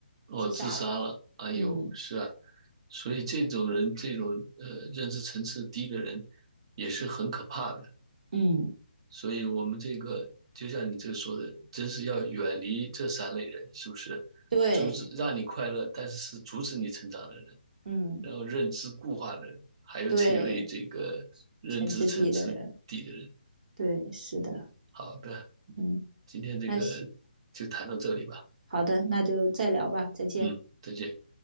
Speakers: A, on the right; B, on the right.
A: 哦，
B: 自杀了。
A: 自杀了，哎呦，
B: 嗯
A: 是啊，所以这种人，这种呃认知层次低的人，也是很可怕的。
B: 嗯，
A: 所以我们这个，就像你这说的，真是要远离这三类人，是不是？
B: 对，
A: 阻止让你快乐，但是是阻止你成长的人，
B: 嗯
A: 然后认知固化的人，还有这类这个认知层次低的人。
B: 对，全知地的人，对，是的，
A: 好的，
B: 嗯，
A: 今天这个就谈到这里吧。
B: 那行，好的，那就再聊吧，再见。
A: 嗯，再见。